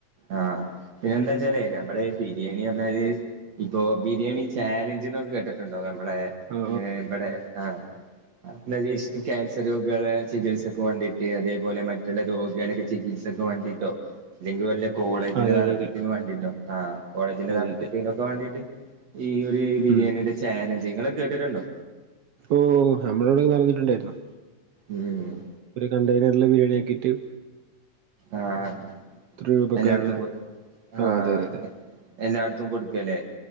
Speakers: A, on the right; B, on the right.
A: ആഹ് പിന്നെന്താച്ചാലേ നമ്മള് ബിരിയാണി പറഞ്ഞാല് ഇപ്പോ ബിരിയാണി ചാലഞ്ച് എന്നൊക്കെ കേട്ട്ട്ടുണ്ടോ? നമ്മളെ
B: ആ
A: ഏഹ് ഇവടെ ആഹ് <unintelligible> ക്യാൻസർ രോഗികളെ ചികിത്സക്ക് വാണ്ടിട്ട് അതേപോലെ മറ്റുള്ള രോഗികളെ ചികിത്സ ഇതൊക്കേ വണ്ടിയിട്ടോ ഇല്ലങ്കി വല്ലെ കോളേജിന്റെ
B: ആ അതെ
A: നടത്തിപ്പിന്
B: അതെ അതെ
A: വണ്ടിട്ടോ ആഹ് കോളേജിന്റെ
B: അതെ
A: നടത്തിപ്പിനൊക്കെ
B: അതെ
A: വാണ്ടീട്ട്. ഈ ഒരു ബിരിയാണിയുടെ
B: ഉം
A: ചാലഞ്ച് നിങ്ങളൊക്കെ കേട്ടിട്ടുണ്ടോ
B: ഓഹ് നമ്മളിവിടെ നടന്നിട്ടിണ്ടായിരുന്നു.
A: ഉം
B: ഒരു കണ്ടെയ്നർല് വീഡിയോ ആക്കിയിട്ട്
A: ആഹ്
B: എത്ര രൂപക്കാണ്
A: എല്ലായിടത്തും പോ
B: ആ
A: ആഹ്.
B: അതെ അതെ അതെ
A: എല്ലാട്ത്തും കൊടുക്കലേ